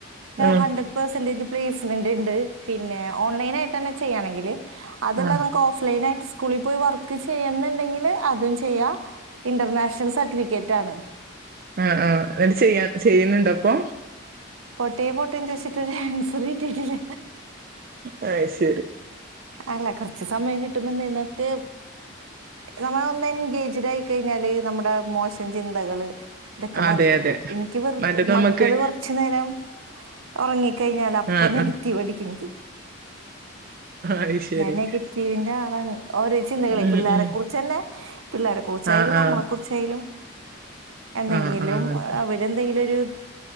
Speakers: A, on the right (about 45°); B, on the right (about 80°).
A: ആഹ്
B: ഹൺഡ്രട് പെർസെന്റേജ് പ്ലേസ്മെന്റ്ണ്ട് പിന്നെ ഓൺലൈനായിട്ട് തന്നെ ചെയ്യാണെങ്കിൽ അതെല്ലാമ്മക്ക്
A: ആഹ്
B: ഓഫ് ലൈനായിട്ട് കൂളിൽ പോയി വർക്ക് ചെയ്യുന്നുണ്ടെങ്കിൽ അതും ചെയ്യാ ഇന്റർനാഷണൽ സർട്ടിഫിക്കറ്റാണ്
A: ആഹ് ആഹ് എന്നിട്ട് ചെയ്യ ചെയ്യുന്നുണ്ട്പ്പൊ
B: പോട്ടേ പോട്ടേന്ന് ചോയിച്ചിട്ട് ആൻസറ് കിട്ടിട്ടില്ല
A: അത് ശരി
B: അല്ല കുറച്ച് സമയം കിട്ടുമ്പോനക്ക് നമ്മന്ന് എൻഗേജഡായി കഴിഞ്ഞാൽ നമ്മുടെ മോശം ചിന്തകള് തൊക്കെ
A: അതെ
B: മാറിക്കിട്ടും
A: അതെ
B: എനിക്ക് വെറുതെ
A: മറ്റേ നമ്മക്ക്
B: മക്കള് കൊർച്ച് നേരം ഉറങ്ങി കഴിഞ്ഞാൽ അപ്പ
A: ആ
B: നെഗറ്റീവ്
A: ആ
B: അടിക്കും എനിക്ക്
A: അയ്ശരി
B: ഞാൻ നെഗറ്റീവിന്റെ ആളാണ് ഓരോ ചിന്തകളെ
A: ഉം
B: പിള്ളേരെ
A: ഉം
B: കുറിച്ച് ചെന്നെ പിള്ളേരെ കുറിച്ചായാലും
A: ആ ആ
B: നമ്മളെ കുറിച്ചായാലും എന്തെയ്യലും
A: ആ ആ
B: അവര് എന്തെങ്കിലും ഒരു